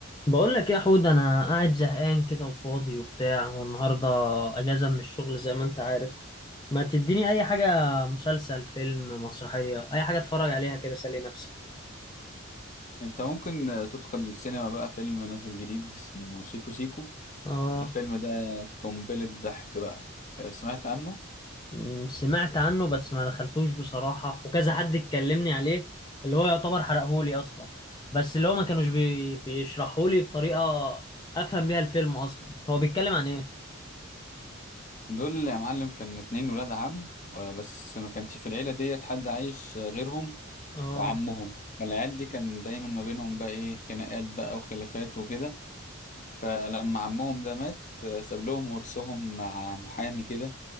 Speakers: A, on the left; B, on the left.
A: بقول لك إيه يا حود انا قاعد زهقان كده وفاضي وبتاع والنهارده اجازه من الشغل زي ما انت عارف ما تديني اي حاجه مسلسل فيلم مسرحيه اي حاجه اتفرج عليها كده اسلي نفسي
B: انت ممكن آه، تدخل السينما بقى فيلم نازل جديد اسمه سيكو سيكو
A: اه
B: الفيلم ده قنبلة ضحك بقى آه، سمعت عنه
A: م، سمعت عنه بس ما دخلتوش بصراحه وكذا حد اتكلمني عليه اللي هو يعتبر حرقهولي اصلا بس اللي هو ما كانوش بي... بيشرحهولي بطريقه افهم بيها الفيلم اصلا هو بيتكلم عن ايه
B: دول يا معلم كان اتنين ولاد عم آه، بس ما كانش في العيلة ديت حد عايش آه، غيرهم
A: اه
B: وعمهم فالعيال دي كان دايما ما بينهم بقى ايه خناقات بقى وخلافات وكده فلما عمهم ده مات آه، ساب لهم ورثهم مع محامي كده